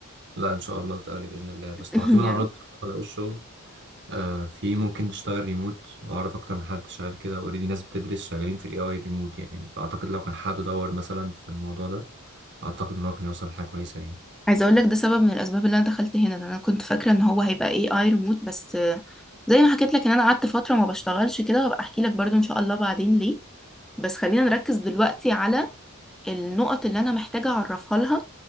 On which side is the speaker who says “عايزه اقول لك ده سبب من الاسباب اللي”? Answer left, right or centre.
Centre